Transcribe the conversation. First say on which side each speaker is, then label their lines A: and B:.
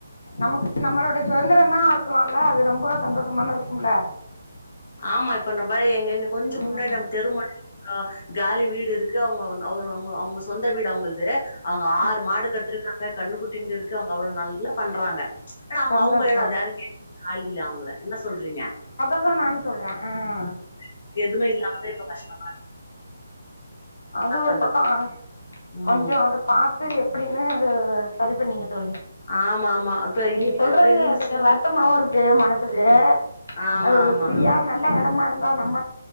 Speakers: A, on the left (about 90°); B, on the left (about 45°).
A: நமக்கு நம்மளுடைய சுதந்திரம் தான் இருக்கலாம்ல அது ரொம்ப சந்தோஷமான இருக்கும்ல
B: ஆமா இப்ப நம்ம எங்க கொஞ்சம்
A: ம்
B: முன்னாடி நம்ம தெருமோனைல காலி வீடு இருக்கு அவங்க அவங்க அவங்க சொந்த வீடு அவங்களது அவுங்க ஆறு
A: ம்
B: மாடு கட்டிருக்கா கண்ணு குட்டிங்க ருக்கு அவங்க அவ்வளவு நல்லா பண்றாங்க ஆனா அவுங்க
A: சந்தோஷம்
B: அவுங்க எடம் அது யாரும்க்கே ஆள் இல்ல அவுங்கள என்ன சொல்றீங்க
A: தான் நானும் சொல்றேன் ஆஹ் <inaudible>
B: அதுக்கு எதுவுமே இல்லாமதா இப்ப கஷ்டமா
A: அது
B: என்ன
A: ஒரு
B: பண்றது
A: பக்கம்
B: ம்
A: கொஞ்சம் அதப்பாத்து எப்படின்னு அது சரி பண்ணீங்க
B: ஆமா ஆமா இப்ப
A: நீங்க
B: இங்க
A: சொல்றது
B: இ
A: கொஞ்சம் வருத்தமாவும் இருக் <unintelligible> ஏ
B: ஆமா
A: அது ஒரு
B: ஆமா
A: ஃப்ரீயா நல்ல இடமா இரு ன் நம்